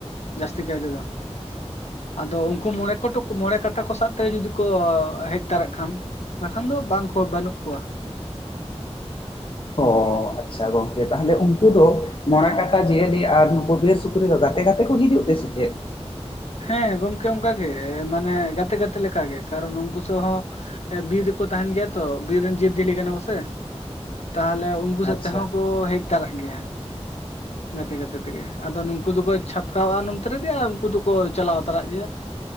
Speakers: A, on the left; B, on the left.
A: ᱡᱟᱹᱥᱛᱤ ᱠᱟᱭ ᱛᱮᱫᱚ ᱟᱫᱚ ᱩᱱᱠᱩ ᱢᱚᱬᱮ ᱠᱟᱴᱟ ᱠᱚ ᱥᱟᱶᱛᱮ ᱡᱩᱫᱤ ᱠᱚ ᱦᱮᱡ ᱛᱚᱨᱟᱜ ᱠᱷᱟᱱ ᱵᱟᱠᱷᱟᱱ ᱫᱚ ᱵᱟᱝ ᱠᱚ ᱵᱟᱹᱱᱩᱜ ᱠᱚᱣᱟ ᱾
B: ᱚᱻ ᱟᱪᱪᱷᱟ ᱜᱚᱝᱠᱮ ᱛᱟᱦᱚᱞᱮ ᱩᱱᱠᱩ ᱫᱚ ᱢᱚᱬᱮ ᱠᱟᱴᱟ ᱡᱤᱭᱟᱹᱞᱤ ᱟᱨ ᱱᱩᱠᱩ ᱵᱤᱨ ᱥᱩᱠᱨᱤ ᱫᱚ ᱜᱟᱛᱮ ᱜᱟᱛᱮ ᱠᱚ ᱦᱤᱡᱩᱜ ᱛᱮ ᱥᱮ ᱪᱮᱫ?
A: ᱦᱮᱸ ᱜᱚᱢᱠᱮ ᱚᱱᱠᱟᱜ ᱜᱮ ᱢᱟᱱᱮ ᱜᱟᱛᱮ ᱜᱟᱛᱮ ᱞᱮᱠᱟᱜ ᱜᱮ ᱠᱟᱨᱚᱱ ᱩᱱᱠᱩ ᱥᱮ ᱦᱚᱸ ᱵᱤᱨ ᱨᱮᱠᱚ ᱛᱟᱦᱮᱱ ᱜᱮᱭᱟ ᱛᱚ ᱵᱤᱨ ᱨᱮᱱ ᱡᱤᱵᱽᱡᱤᱭᱟᱹᱞᱤ ᱠᱟᱱᱟ ᱠᱚ ᱥᱮ ᱛᱟᱦᱞᱮ ᱩᱱᱠᱩ <inaudible>
B: ᱟᱪᱪᱷᱟ
A: ᱛᱮᱦᱚᱸ ᱠᱚ ᱦᱮᱡ ᱮᱛᱟᱨᱟᱜ ᱜᱮᱭᱟ ᱜᱟᱛᱮ ᱜᱟᱛᱮ ᱛᱮᱜᱮ, ᱟᱫᱚ ᱱᱩᱠᱩ ᱫᱚᱠᱚ ᱪᱷᱟᱯᱠᱟᱣᱟᱜᱼᱟ ᱱᱚᱱᱛᱮ ᱨᱮᱜᱮ ᱟᱨ ᱩᱱᱠᱩ ᱫᱚ ᱠᱚ ᱪᱟᱞᱟᱣ ᱛᱚᱨᱟᱜ ᱜᱮᱭᱟ ᱾